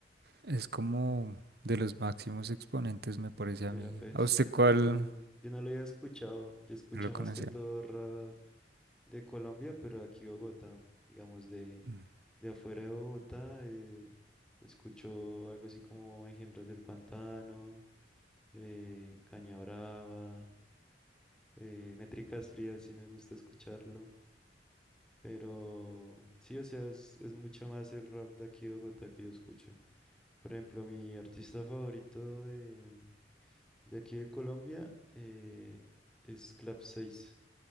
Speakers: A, on the right; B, in the centre.
A: es como de los máximos exponentes, me parece
B: Vea,
A: a mí.
B: pues,
A: ¿A usted
B: yo
A: cuál
B: no lo, yo no lo había escuchado. Yo escucho
A: no lo
B: más
A: conocía?
B: que todo rap de Colombia, pero aquí Bogotá, digamos, de,
A: Mm.
B: de afuera de Bogotá, eh, escucho algo así como Engendros del Pantano, eh, Caña Brava, eh, Métricas Frías, sí me gusta escucharlo. Pero sí, o sea, es, es mucho más el rap de aquí de Bogotá que yo escucho. Por ejemplo, mi artista favorito de, de aquí de Colombia eh, es Clap 6,